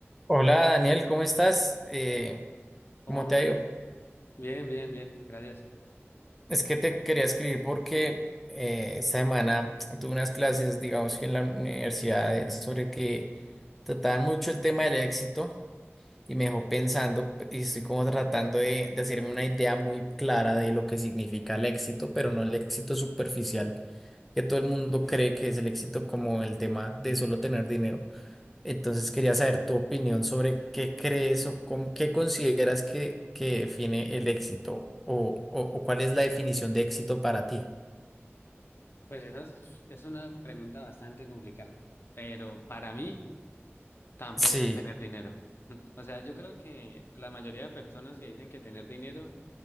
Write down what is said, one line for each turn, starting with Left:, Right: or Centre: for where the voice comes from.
Centre: Hola Daniel, ¿cómo estás? Eh,
Left: ¿Cómo
Centre: ¿cómo
Left: vamos,
Centre: te
Left: Santiago?
Centre: ha ido?
Left: Bien, bien, bien, gracias.
Centre: Es que te quería escribir porque eh, esta semana <tsk> tuve unas clases, digamos que en la universidad, eh, sobre que trataban mucho el tema del éxito y me dejó pensando p- y estoy como tratando de, de hacerme una idea muy clara de lo que significa el éxito, pero no el éxito superficial que todo el mundo cree que es el éxito como el tema de solo tener dinero Entonces quería saber tu opinión sobre qué crees o cómo, qué consideras que, que define el éxito o, o, o cuál es la definición de éxito para ti.
Left: Pues esa es, es una pregunta bastante complicada, pero para mí tampoco
Centre: Sí,
Left: es tener dinero. <laughs> O sea, yo creo que la mayoría de personas que dicen que tener dinero